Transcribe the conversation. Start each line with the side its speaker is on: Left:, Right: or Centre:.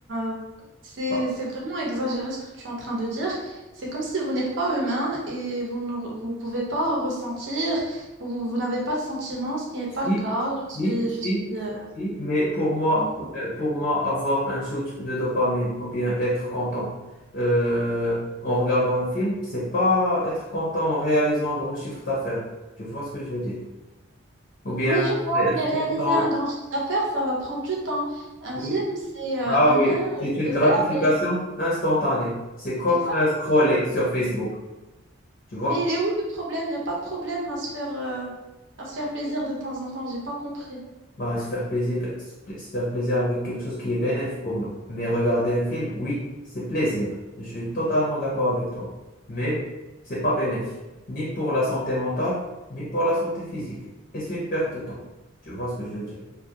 Right: euh, c'est
Left: bah,
Right: c'est vraiment exagéré ce que tu es en train de dire. C'est comme si vous n'êtes pas humain et vous ne vous pouvez pas ressentir, vous, vous- vous n'avez pas de sentiments, ce qui n'est pas
Left: si,
Right: le cas. Je
Left: si,
Right: suis,
Left: si,
Right: je suis, euh,
Left: si, mais pour moi,
Right: oh.
Left: euh, pour moi, avoir un shoot de dopamine ou bien être content euh, en regardant un film, c'est pas être content en réalisant un grand chiffre d'affaires. Tu vois ce que je veux dire? Ou bien
Right: Oui, je vois,
Left: être
Right: mais réaliser
Left: content,
Right: un grand chiffre d'affaires, ça va prendre du temps. Un
Left: oui.
Right: film, c'est euh,
Left: Ah
Right: une
Left: oui,
Right: heure,
Left: c'est
Right: une,
Left: une
Right: deux
Left: gratification
Right: heures, et...
Left: instantanée. C'est comme
Right: exactement.
Left: euh, scroller sur Facebook, tu vois?
Right: Mais il est où le problème? Il n'y a pas de problème à se faire, euh, à se faire plaisir de temps en temps, j'ai pas compris.
Left: Bah, se faire plaisir, se faire plaisir avec quelque chose qui est bénéfique pour nous. Mais regarder un film, oui, c'est plaisir. Je suis totalement d'accord avec toi. Mais c'est pas bénéfique, ni pour la santé mentale, ni pour la santé physique. Et c'est une perte de temps. Tu vois ce que je veux dire?